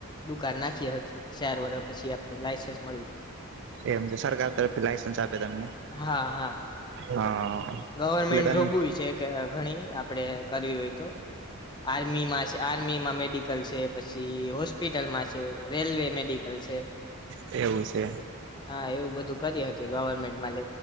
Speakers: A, on the left; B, on the right.
A: દુકાન નાખી હતી શાર વર પછી આપને લાયસન્સ મળ્યું.
B: એમ તો સરકાર તરફથી લાઈસન્સ આપે તમને,
A: હા હા
B: હા. એટલે
A: ગવર્મેન્ટ
B: તમે
A: જોવું છે કે ઘણી આપડે કરવી હોય તો. આર્મીમાં છે આર્મીમાં મેડિકલ છે પછી હોસ્પિટલમાં છે રેલવે મેડિકલ છે.
B: એવું. છે
A: હા એવું બધું કરી શકી ગવર્મેન્ટમાં લ